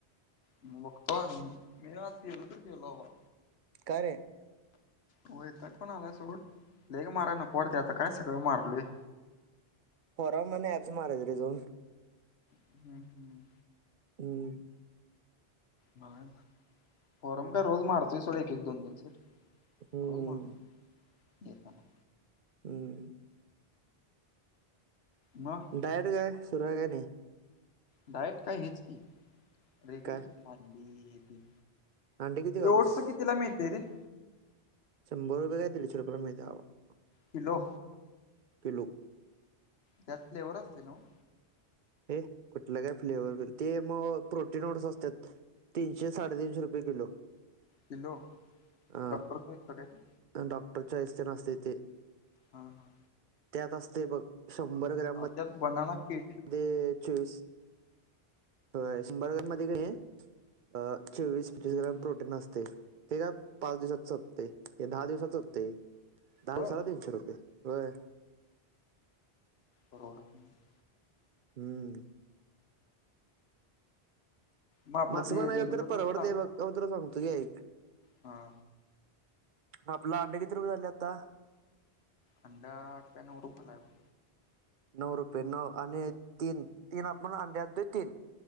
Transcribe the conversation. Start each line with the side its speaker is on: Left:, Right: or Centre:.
Left: मग बघतो हा मी आज गेलो तर गेलो बाबा.
Right: का रे?
Left: वैताग पण आलाय सोड लेग माराय नको वाटतंय आता काय सगळं मारलोय.
Right: <inaudible> ॲप्स मारायचं रे जाऊन.
Left: हम्म हम्
Right: हम्
Left: मग फोयरम
Right: हम्म
Left: काय रोज मारतोय सोड एकेक दोनदोन सोड.
Right: हम्म
Left: रोज मारतो येतानां.
Right: हम्म
Left: म अ
Right: डायट काय सुरु आहे काय नाही?
Left: डाएट काय हेच की रेगुरलच
Right: काय
Left: अंडी हे ते.
Right: अंडे किती खातोस
Left: ओट्स कीतीला मिळतंय रे?
Right: शंभर रुपये का दीडशे रुपयाला मिळतंय बाबा.
Left: किलो?
Right: किलो.
Left: त्यात फ्लेवर असतंय नव्हं?
Right: हे कुठलं काय फ्लेवर ते म प्रोटीओड्स असत्यात. तीनशे साडेतीनशे रुपये किलो.
Left: किलो
Right: अ
Left: डॉक्टरचं ईक्तो काय ते?
Right: डॉक्टर च्याहीस्तं तेण असतंय ते?
Left: हा हा
Right: त्यात असतंय बग शंभर ग्रॅम म
Left: त्यात बनाना के‍
Right: दे चौवीस होय शंभर ग्राम मद्ये कणी चोवीस पंचवीस
Left: हम्म
Right: ग्राम प्रोटीन असतंय. ते का पाच दिवसात सपतंय दहा दिवसात सपतंय दहा
Left: होय
Right: दिवसाला तीनशे रुपये होय.
Left: परवडत नाही.
Right: हम्म
Left: मग आपलं
Right: म आसं
Left: ते
Right: म्हणाय गेलतर
Left: रेग्युलर
Right: परवडतय
Left: ओटस
Right: बग ये बघ तुला सांगतो की ऐक
Left: हां
Right: आपलं अंडं किती रुपये झालंय आता?
Left: अंडा आठ काय नऊ रुपयाला आहं बघ.
Right: नऊ रुपये नऊ आणि तीन तीन आपण आंडी आनतोय तीन.